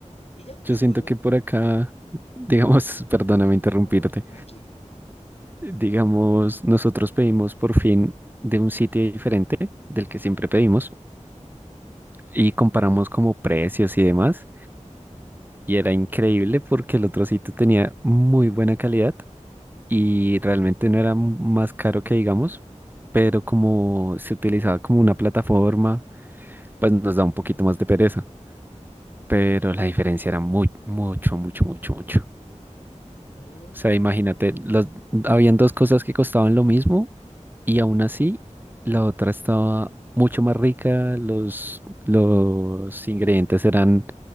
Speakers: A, on the left; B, on the right.
A: Y ya, después
B: Yo siento
A: me...
B: que por acá, digamos, <laughs> perdóname interrumpirte,
A: No, tranqui.
B: digamos, nosotros pedimos por fin de un sitio diferente del que siempre pedimos y comparamos como precios y demás. Y era increíble porque el otro sitio tenía muy buena calidad y realmente no era más caro que digamos, pero como se utilizaba como una plataforma, pues nos da un poquito más de pereza. pero la diferencia era muy, mucho, mucho, mucho, mucho.
A: Oh,
B: O sea, imagínate, los, habían dos cosas que costaban lo mismo y aún así la otra estaba mucho más rica, los, los ingredientes eran